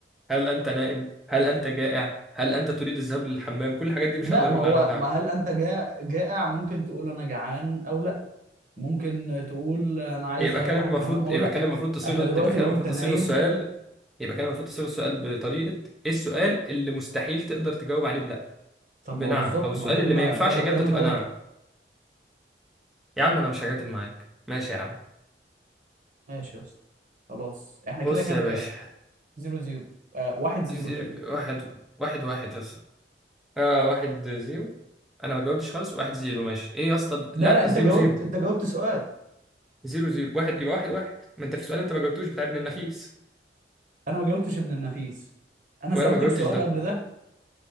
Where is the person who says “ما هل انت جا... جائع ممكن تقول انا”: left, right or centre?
Right